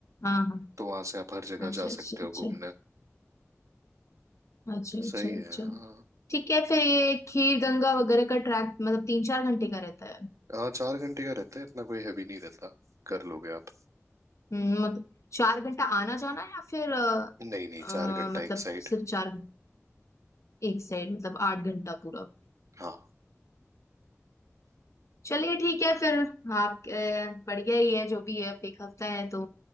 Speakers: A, on the left (about 70°); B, on the right (about 80°).
A: हाँ हाँ
B: तो वहां से आप हर जगह
A: अच्छा
B: जा
A: अच्छा
B: सकते
A: अच्छा
B: हो घूमने
A: अच्छा अच्छा
B: सही
A: अच्छा
B: है हाँ
A: ठीक है फिर ये खीर गंगा वगैरह का ट्रैक मतलब तीन चार घंटे का रहता है
B: हाँ चार घंटे का रहता है इतना कोई हैवी नहीं रहता कर लोगे आप
A: हम्म, मतलब चार घंटा आना जाना या फिर अ,
B: नहीं नहीं
A: अ,
B: चार घंटा
A: मतलब
B: एक साइड
A: सिर्फ चार एक साइड मतलब आठ घंटा पूरा
B: हाँ
A: चलिए ठीक है फिर आप अ, बढ़िया ही है जो भी है अब एक हफ्ता है तो